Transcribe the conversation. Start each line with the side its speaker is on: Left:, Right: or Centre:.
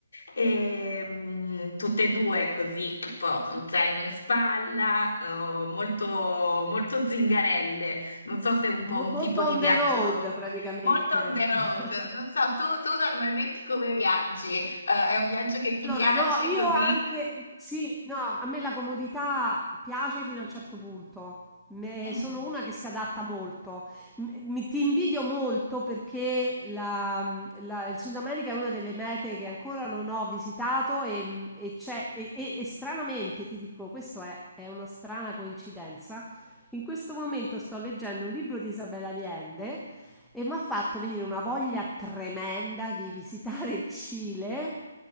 Left: E, mm, tutte e due così, un po' un zaino in spalla, oh, molto, molto zingarelle. Non so se è un po'
Centre: Mo
Left: un
Centre: molto
Left: tipo di
Centre: on
Left: viaggio
Centre: the road praticamente.
Left: Molto on the road.
Centre: <laughs>
Left: Non so, tu, tu normalmente come viaggi? Eh, è un viaggio che ti
Centre: Allora,
Left: piace
Centre: no, io
Left: così?
Centre: anche, sì, no, a me la comodità piace fino a un certo punto. Me-
Left: Mm,
Centre: sono una che si adatta molto. M- Mi, ti invidio molto perché la- la- il Sud America è una delle mete che ancora non ho visitato e, e c'è, e, e- e stranamente, ti dico, questo è, è una strana coincidenza. In questo momento sto leggendo un libro di Isabella Allende e mi ha fatto venire una voglia tremenda di visitare il Cile,